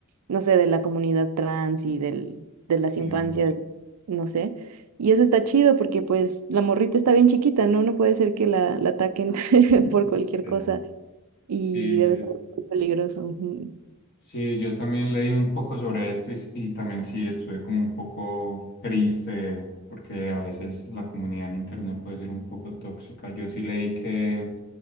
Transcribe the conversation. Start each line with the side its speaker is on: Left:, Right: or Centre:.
Right: no sé, de la comunidad trans y del, de las
Left: ujú,
Right: infancias, no sé. Y eso está chido porque pues la morrita está bien chiquita, ¿no? No puede ser que la, la ataquen <laughs> por
Left: Sí,
Right: cualquier
Left: sí,
Right: cosa y
Left: Sí,
Right: debe ser muy peligroso. ujú.
Left: Sí, yo también leí un poco sobre esto y, y también sí estuve como un poco triste porque a veces la comunidad en internet puede ser un poco tóxica. Yo sí leí que